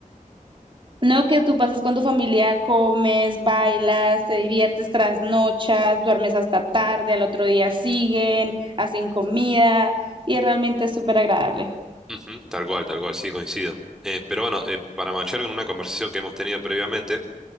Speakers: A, on the right; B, in the centre.
A: No, que tú pasas con tu familia, comes, bailas, te diviertes, trasnochas, duermes hasta tarde, al otro día siguen, hacen comida y realmente es súper agradable.
B: Ujú, Tal cual, tal cual, sí, coincido. Eh, pero bueno, eh, para marchar con una conversación que hemos tenido previamente,